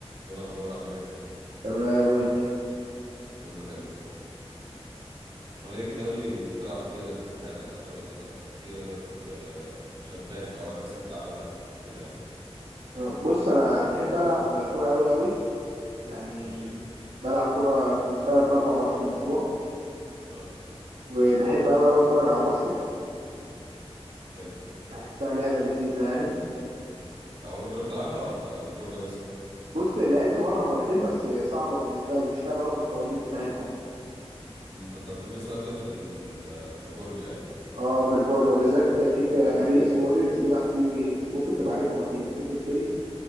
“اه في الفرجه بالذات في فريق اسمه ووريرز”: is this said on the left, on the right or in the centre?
Right